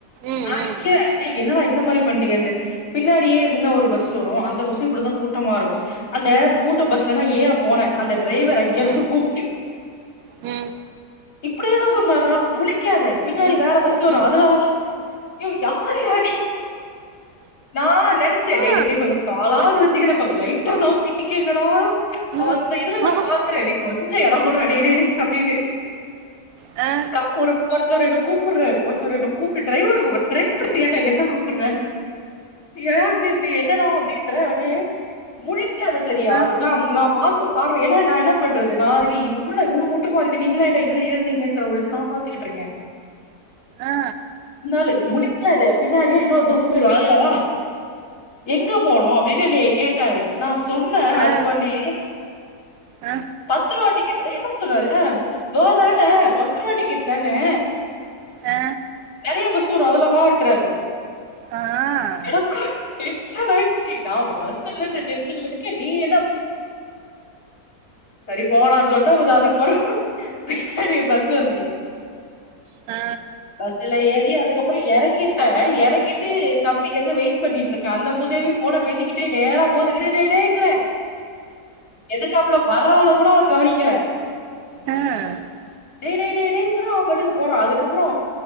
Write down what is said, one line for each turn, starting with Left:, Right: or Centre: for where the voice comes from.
Right: ம்
Left: நா நிக்கிறே
Right: ம்
Left: இளே என்னட இந்த மாரி பண்ட்டீங்கண்ட்டு பின்னாடியே இன்னொரு பஸ்சு வரு அந்த பஸ்சு இப்டித்தா கூட்டமாருக்கு அந்த கூட்டோ பஸ்ல நா ஏற போனே அந்த டிரைவர் அங்கெருந்து
Right: ம்
Left: கூப்டு
Right: ம்
Left: இப்டியேதா சொன்னார்ரா முழிக்காத பின்னாடி
Right: ம்
Left: வேற பஸ்சு வரு
Right: ம்
Left: அதுலவா யே யார்யா நீ நா நெனச்சே டே
Right: ஆ
Left: டேய் கொஞ்சோ காலாவது வச்சுக்கிறே கொஞ்சோ லைட் டா நாவுத்துகிங்கடா ஓ
Right: ம்
Left: அந்த இதுல நா
Right: ஆ
Left: பாக்கற கொஞ்சோ எடோகுட்ற டே டே டேய் அப்டின்னு
Right: ஆ
Left: க ஒரு ஒருத்தவரு என்ன கூப்புர்ராரு ஒருத்தர் என்ன கூப்ட்டு ட்ரைவர கூப்ட்டு ட்ரைவரரு ஏன்டா என்ன கூப்புற்றாரு ஏன்னா இப்டி என்னடா அப்டின்ற உனே முழிக்காத சரியா
Right: ஆ
Left: எனா நா பாத்த பார்வை என்ன நா என்ன பண்றது நா ஆல்ராடி என்னட இவ்ளோ கூட் ட்டமா இருக்கு நீங்களயாண்ட இதுல எர்நீங்கன்றா ஒரு இது நா பாத்துகிட்ருக்கே
Right: ஆ ஆ
Left: பின்னாலு முழிக்காத பின்னாடியே இன்னொரு பஸ்சுவரு அதுல வா எங்க போனு அப்டின்னு என்னய கேட்டாரு நா சொன்ன அதுக்கு
Right: ஆ
Left: ஒன்னே
Right: ஆ ஆ
Left: பத்துருவ டிக்கெட்டு அ என்னமோ சொன்னாரு அ தோதான பத்ரூவ டிக்கெட் தானே
Right: ஆ
Left: நெறைய பஸ்சு வரு அதுலவான்டராரு
Right: ஆ
Left: எனக்கு டென்ஷன் ஆயிடுச்சு நா அந்த பஸ் ஸு இல்லன்ற டென்ஷன்ல இருக்கே நீ என்ன சரி போங்கடான்னு சொல்ட்டோ அதுக்குப்புறகு பின்னாடியே பஸ் வந்துச்சு
Right: ஆ
Left: சுல ஏறி அதுக்கப்றோ எறங்கிட்டே எறங்கிட்டு தம்பிக்காக வெய்ட் பண்ணிட்ருக்க அந்த முதேவி ஃபோன பேசிக்கிட் டே நேர போது டே டே டேய்ங்கிற எதுக்காப்ல வருவாளகூட அவ கவுனிக்கல
Right: ஆ
Left: டே டே டே டேய்ங்குற அவ பாட்டுக்கு போறா அதுக்கப்றோ